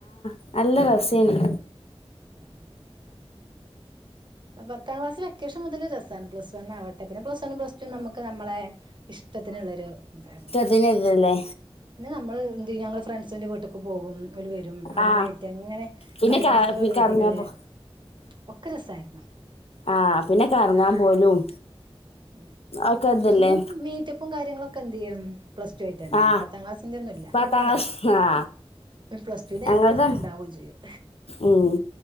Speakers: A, on the left; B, on the right.
A: <unintelligible> നല്ല രസേന്
B: എന്ത് <inaudible> പത്താം ക്ലാസ് വെക്കേഷൻ മുതൽ രസമാണ് പ്ലസ് വൺവട്ടെ പിന്നെ പ്ലസ് വൺ പ്ലസ് ടു നമുക്ക് നമ്മളെ ഇഷ്ടത്തിനുള്ളൊരു തായിരുന്നു
A: അതിനല്ലല്ലേ
B: പിന്നെ നമ്മള് എന്ത് ഞങ്ങൾ ഫ്രണ്ട്സിന്റെ വീട്ടേക്ക് പോകും അവര് വരും അങ്ങനെട്ട
A: ആ
B: അങ്ങനെ
A: പിന്നെ
B: കലോത്സവ
A: ക
B: വേദികളെ
A: കറങ്ങാൻ പോ
B: ഒക്കെരസായിരുന്നോ
A: ആഹ് പിന്നെ കറങ്ങാൻ പോലും
B: ഉം
A: ഒക്കെ ഇതല്ലേ
B: ഇന്നും മീറ്റപ്പും കാര്യങ്ങളൊക്കെ എന്ത് ചെയ്യു പ്ലസ് ടു ആയിട്ട് തന്നെയാണ്
A: ആ
B: പത്താം ക്ലാസിന്റെ ഒന്നും ഇല്ല
A: പത്താം ക്ലാസ് ആ
B: പ്ലസ് ടുവിന്റെ
A: ഞങ്ങളത്
B: ഇടക്കിടക്ക് ഉണ്ടാവുകയും ചെയ്യും
A: ഉം